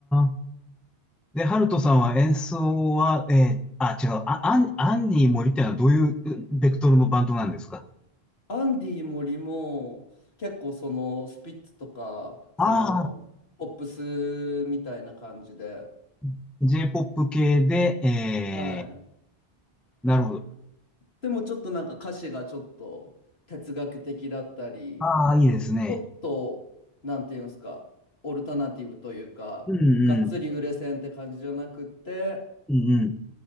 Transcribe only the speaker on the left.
アンディ森も、結構その、スピッツとか、
その、ポップスみたいな感じで、
はい。
でもちょっとなんか歌詞がちょっと哲学的だったり、
ちょっと、なんていうんですか、オルタナティブというか、
がっつり売れ線って感じじゃなくって、